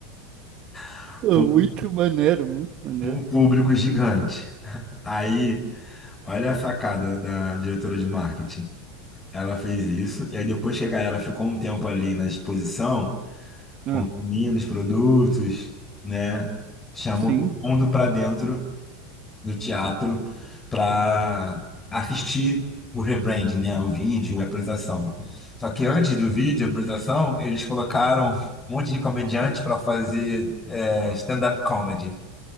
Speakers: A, on the left (about 20°); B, on the right (about 45°).
A: <laughs>
B: Pô,
A: para
B: Muito
A: um,
B: maneiro, muito maneiro.
A: pra um público gigante. Aí, olha a sacada da diretora de marketing. Ela fez isso, e aí depois que a galera ficou um tempo ali na exposição, consumindo
B: Ah,
A: os produtos, né? Chamou
B: sim.
A: todo mundo para dentro no teatro para assistir o rebranding, né? O vídeo a apresentação. Só que antes do vídeo, a apresentação, eles colocaram um monte de comediante para fazer é, stand-up comedy.